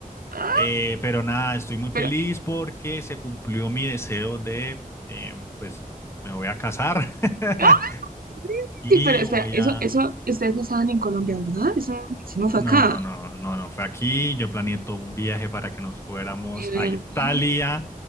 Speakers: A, on the right; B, on the left.
A: ¡Ah!
B: Eh, pero nada, estoy muy feliz
A: Pero,
B: porque se cumplió mi deseo de, eh, pues me voy a casar <laughs>
A: ¡ah!
B: y
A: Sí, pero espera,
B: voy
A: eso,
B: a,
A: eso, ustedes no estaban en Colombia, ¿verdad? Eso, eso no fue
B: No,
A: acá.
B: no, no, no, no fue aquí. Yo planeé todo un viaje para que nos fuéramos
A: De verdad.
B: a Italia